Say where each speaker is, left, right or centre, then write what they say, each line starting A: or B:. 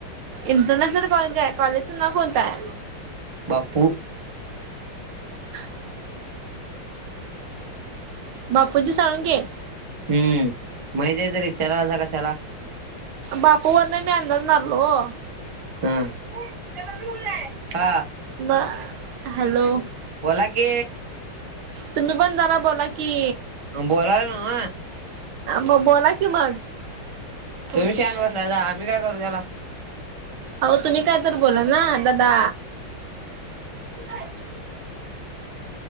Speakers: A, on the right; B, on the right.
A: इंटरनॅशनल कॉलेज आहे कॉलेजचं नाव कोणतं आहे.
B: बापू,
A: ह... बापूजी साळुंखे.
B: हम्म माहिती आहे तरी विचारता कशाला.
A: बापू वरून मी अंदाज मारारलो ओ.
B: <unintelligible>
A: म हॅलो!
B: बोला की?
A: तुम्ही पण जरा बोला की?
B: म बोलायला नव.
A: म बोला कि मग, अहो
B: तुम्ही शांत बसला आम्ही काय करू त्याला,
A: अहो तुम्ही काय तर बोला ना दादा.
B: <unintelligible>